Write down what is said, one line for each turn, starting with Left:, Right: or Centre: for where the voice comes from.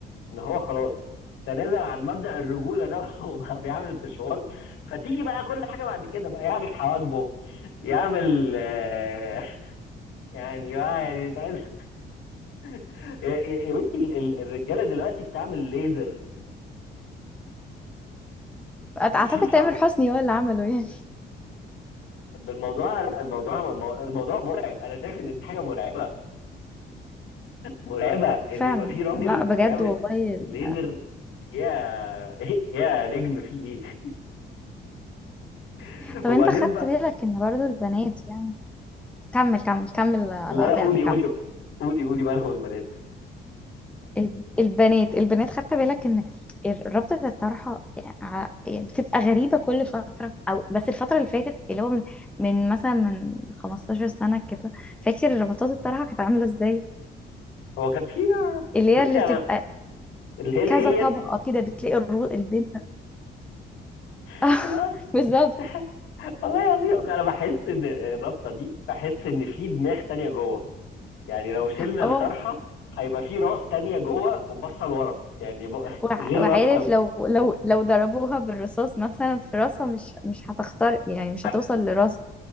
Left: ان هو خلاص تنازل عن مبدأ الرجولة ده <laughs> وبقى بيعمل استشوار فتيجي بقى كل حاجة بعد كده بقى يعمل حواجبه يعمل آه، <laughs> يعني آه، يعني مش عايز <laughs> يا يا- يا بنتي ال- ال- الرجالة دلوقتي بتعمل ليزر
Centre: أت-
Left: بتشيل
Centre: اعتقد تامر
Left: شعر
Centre: حسني هو اللي عمله يعني
Left: بالموضوع لا الموضوع الموضوع مرعب انا شايف ان دي حاجه مرعبه مرعبه
Centre: <laughs>
Left: ان
Centre: فعلا
Left: يبقى في راجل
Centre: لا بجد
Left: بيعمل
Centre: والله ال-
Left: ليزر يا إيه يا نجم في ايه <laughs>
Centre: طب
Left: وبعدين
Centre: انت خدت
Left: بقى
Centre: بالك ان برضو البنات يعني كمل كمل كمل انا
Left: لا
Centre: قطعتك
Left: لا قولي
Centre: كمل
Left: قولي قولي قولي مالهم البنات
Centre: الب- البنات البنات خدت بالك ان ال- رابطة الطرحة ع- يعني بتبقى غريبة كل فترة او بس الفترة اللي فاتت اللي هو من, من مثلا من 15 سنة كده فاكر ربطات الطرحة كانت عاملة ازاي
Left: هو كان في
Centre: اللي هي
Left: بصي
Centre: اللي
Left: انا
Centre: بتبقى
Left: اللي هي الالين
Centre: كذا طبقة كده بتلاقي الرو... البنت
Left: <laughs>
Centre: <laughs> آه،
Left: لا
Centre: بالظبط
Left: تستحق والله العظيم انا بحس ان الرابطه دي بحس ان في دماغ تانية جوه يعني لو شلنا
Centre: اه
Left: الطرحه هيبقى في راس تانية جوه وبصه لورا يعني ب- <laughs>
Centre: وع-
Left: غير
Centre: وعارف
Left: راسها
Centre: لو لو لو ضربوها بالرصاص مثلا في راسها مش مش هتختار يعني مش
Left: هت-
Centre: هتوصل لراسها